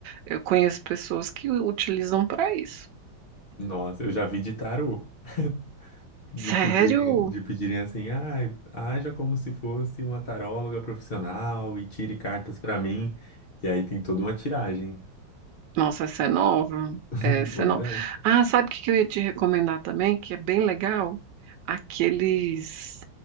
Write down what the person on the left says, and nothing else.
Nossa, eu já vi de tarô. <laughs> De
pedirem, de pedirem assim, ah, haja como se fosse uma taróloga profissional e tire cartas pra mim. E aí tem toda uma tiragem.
<laughs>
Pois
é.